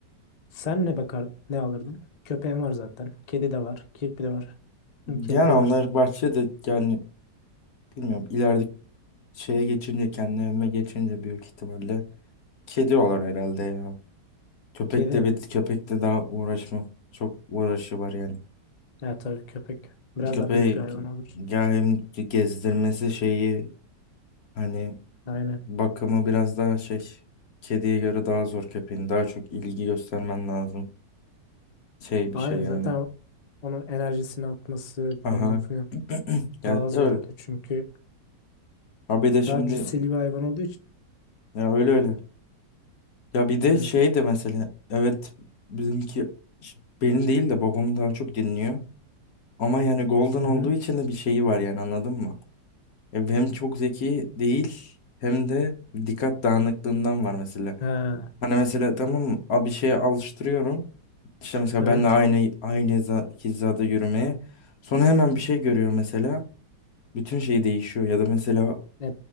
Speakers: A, on the left; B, on the left.
A: Sen ne bakar ne alırdın? Köpeğin var zaten. Kedi de var. Kirpi de var. Hı, Kirpi
B: Yani onlar
A: var.
B: bahçede yani bilmiyorum ileride şeye geçince kendi evime geçince büyük ihtimalle kedi olur herhalde ya. Köpek
A: Kedi
B: de
A: mi?
B: bir köpekle daha uğraşmam. Çok uğraşı var yani.
A: Ya tabii köpek. Biraz
B: Köpeği
A: daha büyük bir hayvan olur.
B: yani hem gezdirmesi şeyi hani
A: Aynen.
B: bakımı biraz daha şey kediye göre daha zor köpeğin. Daha çok ilgi göstermen lazım. Şey bir
A: Aynen
B: şey yani.
A: zaten onun enerjisini atması
B: Aha.
A: falan filan
B: <clears throat> Yani
A: daha
B: öyle.
A: zor olur. Çünkü
B: Ha bir de şimdi
A: daha cüsseli bir hayvan olduğu için.
B: ya öyle öyle. Ya bir de
A: Aynen.
B: şey de mesela evet bizimki ş- benim değil de babam daha çok dinliyor. Ama yani Golden
A: Hı
B: olduğu
A: hı.
B: için de bir şeyi var yani anladın mı? Ya hem çok zeki değil hem de dikkat dağınıklığından var mesela.
A: Ha,
B: Hani mesela tamam mı? A- Bir şeye alıştırıyorum. İşte mesela
A: evet.
B: benle aynı aynı hiza- hizada yürümeye. Sonra hemen bir şey görüyor mesela. Bütün şey değişiyor ya da mesela
A: E,